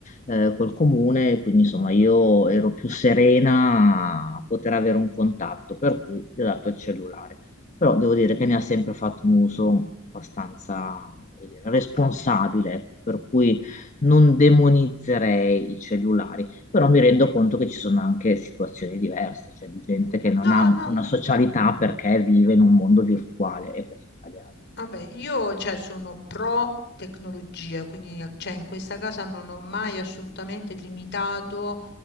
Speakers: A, on the left (about 35°); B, on the left (about 55°).
A: eh, col comune, quindi insomma io ero più serena a poter avere un contatto, per cui gli ho dato il cellulare. Però devo dire che ne ha sempre fatto un uso abbastanza, voglio dire, responsabile, ecco, per cui non demonizzerei i cellulari però mi rendo conto che ci sono anche situazioni diverse, cioè di gente che non
B: No,
A: ha
B: no,
A: una socialità perché vive in un mondo virtuale e questo è sbagliato.
B: vabbè, io cioè, sono pro tecnologia, quindi cioè, in questa casa non ho mai assolutamente limitato